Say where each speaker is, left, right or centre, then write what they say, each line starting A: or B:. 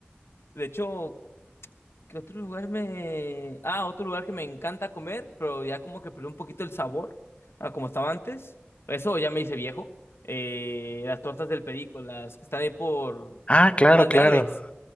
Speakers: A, on the left; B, on the left.
A: De hecho, ¿qué otro lugar me... Ah, otro lugar que me encanta comer, pero ya como que perdió un poquito el sabor a como estaba antes. Eso ya me hice viejo. Eh, las tortas del Perico, las que están ahí por...
B: Ah, claro,
A: Son las
B: claro.
A: de Alex.